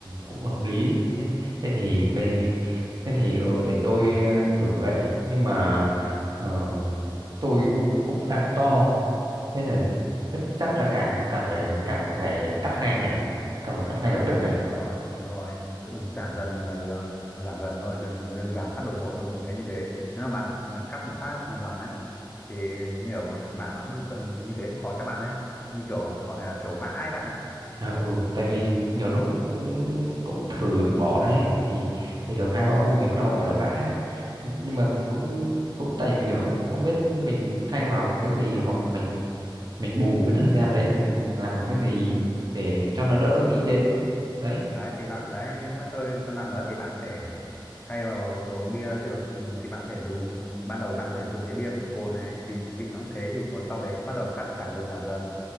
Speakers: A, on the right (about 50°); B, on the left (about 20°).
A: cũng hợp lý thế thế thì bây thế thì ờ, để tôi ờ, thử vậy nhưng mà ờ, tôi bụng cũng đang to thế thì thế thì chắc là càng càng phải càng phải cắt ngay nhỉ càng phải cắt
B: ờ
A: ngay lập tức nhỉ
B: đúng rồi đúng rồi cứ giảm dần là vừa giảm dần thôi đừng đừng giảm phát đột ngột đột ngột thế như thế nếu mà bạn ờ, cắt một phát hoàn toàn đấy thì nhiều bạn nó cũng như thế cũng khó cho bạn ấy như kiểu gọi là kiểu vãi bạn
A: à, ừ tại vì nhiều lúc cũng cũng thử bỏ đấy thì thì được hai ba hôm thì bắt đầu gọi là vã ấy. nhưng mà cũng cũng tại vì là không không biết mình thay vào một cái gì hoặc là mình mình bù cái thời gian đấy mình bằng- làm bằng cái gì để cho nó đỡ
B: ừ.
A: nghĩ đến đấy
B: đấy thì bạn đấy như lúc nãy tôi trên mạng đó thì bạn sẽ thay vào uống bia rượu ừ, thì bạn có thể dùng ban đầu bạn có thể dùng cái bia không cồn này thì vị nó cũng thế thì có sau đấy bắt đầu cắt giảm dần giảm dần